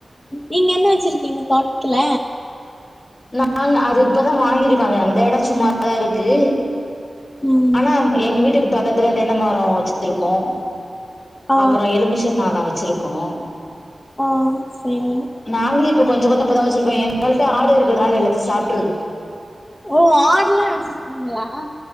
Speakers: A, on the left (about 25°); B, on the left (about 45°).
A: நீங்க ம் என்ன வச்சிருக்கீங்க தோட்டத்துல
B: நாங்க அது இப்பதா வாங்கிருக்கோ அது அந்த எடோ சும்ம தா இருக்கு
A: ம்
B: அ எங்க வீட்டுக்கு பக்கத்துல தென்ன மரோ வச்சிருக்கோ
A: ஆ
B: அப்புறோ எலுமிச் ச்ச மரோ வச்சிருக்கோ
A: ஆ சேரிங்க
B: நாங்களு இப்போ கொஞ்ச கொஞ்சோ இப்போதா வச்சிருக்கோ எங்கள்ட்ட ஆடு இருக்கறதுனால எல்லத்தையு சாப்ட்ருது
A: ஓ ஆடுல்லா வச்சிருக்கீங்களா